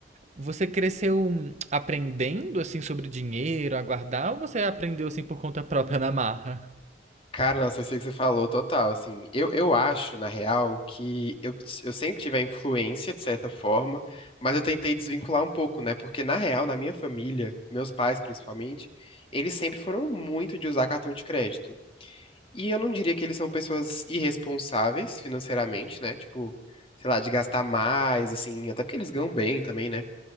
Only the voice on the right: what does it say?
Você cresceu hum, aprendendo, assim, sobre dinheiro, a guardar, ou você aprendeu, assim, por conta própria, na marra?